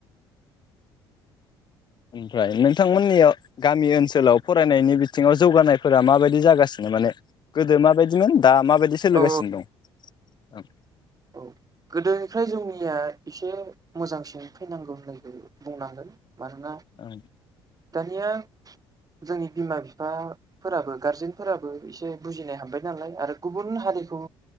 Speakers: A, on the left; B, on the right.
A: ओमफ्राय नों थांमोननियाव गामि ओनसोलाव फरायनायनि बिथिङाव जौगानायफोरा माबायदि जागासिनो माने गोदो माबायदिमोन दा माबायदि सोलिगासिनो
B: औ
A: दं औ
B: औ गोदोनिफ्राय जोंनिया एसे मोजांसिन फैनांगौ होननायखौ बुंनांगोन मानोना
A: ओं
B: दानिया जोंनि बिमा बिफाफोराबो गारजेनफोराबो एसे बुजिनाय हाबबाय नालाय आरो गुबुन हारिखौ